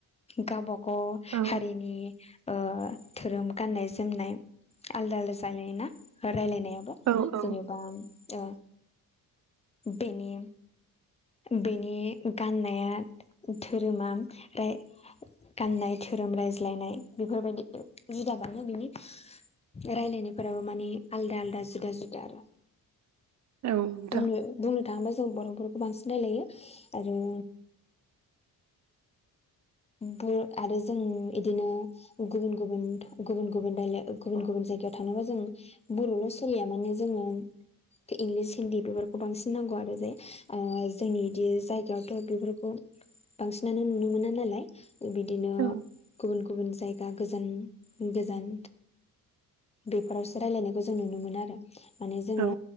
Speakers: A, on the left; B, on the right.
A: गावबागाव
B: औ।
A: नि ओ धोरोम गान्नाय-जोमनाय आलदा आलदा जानायोना रायलायनायाबो
B: औ औ
A: जेनेबा ओ बेनि बेनि गाननाया धोरोमा राय गाननाय धोरोम रायज्लायनाय बेफोरबायदि जुदाबानो बिनि रायलायनायफोराबो मानि आलदा आलदा जुदा जुदा आरो।
B: नोंथां
A: बुंनो बुंनो थाङोबा जों बर'फोरखौ बांसिन रायलायो आरो ब आरो जोंनि इदिनो गुबुन गुबुन गुबुन गुबुन रायला गुबुन गुबुन जायगायाव थांनोबा जों बर'ल' सोलिया माने जोङो इंलिस हिन्दी बेफोरखौ बांसिन नांगौ आरो जे। ओ जोंनि इदि जायगायावथ' बेफोरखौ बांसिनानो नुनो मोना नालाय बिदिनो
B: औ
A: गुबुन गुबुन जायगा गोजान गोजान। बेफोरावसो रायलायनायखौ जों नुनो मोनो आरो माने जोङो
B: औ